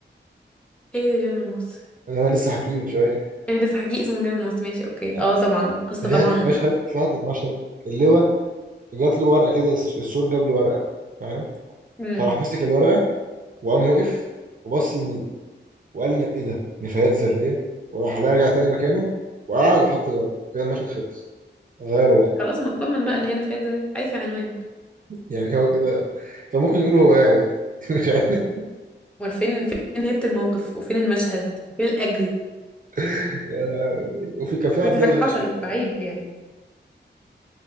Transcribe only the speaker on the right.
اللي انا لسه حكيه من شويه
آه.
ده في
حته مشهد في حته مشهد اللواء جات له ورقه كده الس- السور جاب له ورقه تمام
فراح مسك الورقه وقام وقف وبص يمين وقال له ايه ده نفايات ذريه وراح رجع تاني مكانه وقعد وحط الورقه كده المشهد خلص غيره
يعني هو كده كان ممكن يقول هو قاعد <laughs> يعني.
مش عارف وفي كان في
عبد
الله
مشرف برضه